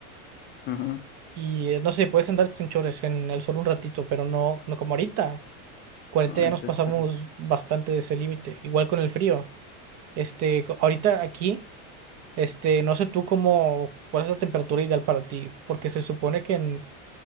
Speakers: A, on the left; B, on the right.
A: Ajá.
B: Y eh, no sé, puedes andar en chores en el sol un ratito, pero no, no como ahorita. 40
A: No, ahorita
B: ya nos pasamos
A: es terrible.
B: bastante de ese límite. Igual con el frío. Este, co- ahorita aquí, este, no sé tú cómo, cuál es la temperatura ideal para ti, porque se supone que en,